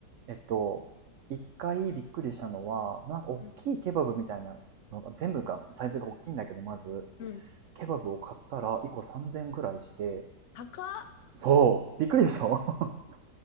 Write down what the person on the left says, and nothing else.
うん。
うん
高っ。